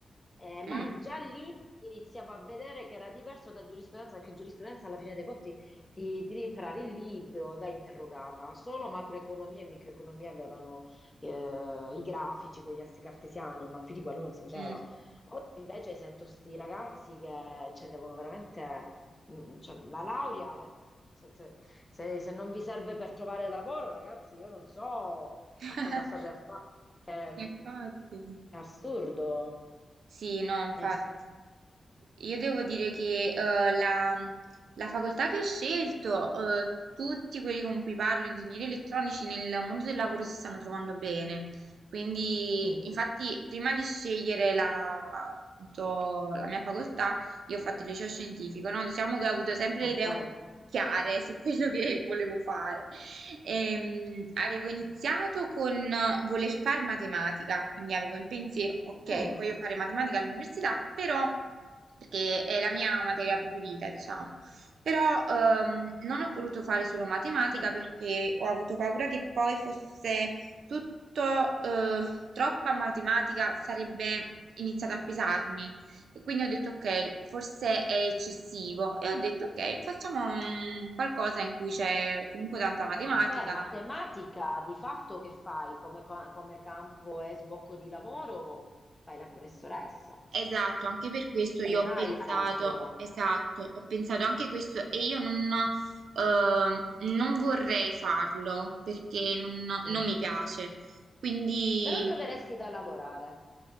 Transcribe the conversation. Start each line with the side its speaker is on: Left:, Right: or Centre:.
Left: Eh, ma
Right: mm,
Left: già lì iniziavo a vedere che era diverso da giurisprudenza, perché giurisprudenza alla fine dei conti ti, ti devi imparare il libro, vai interrogata. Solo macroeconomia e microeconomia avevano eh, i grafici con gli assi cartesiani, ma più di quello non si faceva.
Right: mm.
Left: Oggi invece sento sti ragazzi che cioè, devono veramente... mm, cioè, la laurea, ve- se, se- se- se non vi serve per trovare lavoro, ragazzi, io non so
Right: <laughs>
Left: a cosa state a fare. perché, mm,
Right: Infatti.
Left: È, assurdo.
Right: Sì, no, infatti.
Left: È ass-
Right: Io devo dire che eh, la, la facoltà che ho scelto, eh, tutti quelli con cui parlo, ingegneri elettronici, nel mondo del lavoro si stanno trovando bene. Quindi,
Left: mm,
Right: infatti, prima di scegliere la, appunto, la mia facoltà, io ho fatto il liceo scientifico, no? Diciamo che ho avuto sempre
Left: ok.
Right: le idee un- chiare su quello che volevo fare. Ehm, avevo iniziato con eh, voler fare matematica, quindi avevo in pensiero, ok,
Left: Mm.
Right: voglio fare matematica all'università, però, perché è la mia materia preferita, diciamo, però ehm, non ho voluto fare solo matematica
Left: <laughs>
Right: perché ho avuto paura che poi fosse tutto eh, troppa matematica, sarebbe iniziato a pesarmi. E quindi ho detto ok, forse è eccessivo e ho detto ok, facciamo mm, qualcosa in cui c'è comunque tanta matematica.
Left: Beh, matematica di fatto che fai come, co- come campo e sbocco di lavoro? Fai la professoressa
Right: Esatto, anche per questo io
Left: e non
Right: ho pensato,
Left: hai altro.
Right: esatto, ho pensato anche questo e io non, eh, non vorrei farlo perché non,
Left: Mm.
Right: non mi piace. Quindi
Left: Però troveresti da lavorare.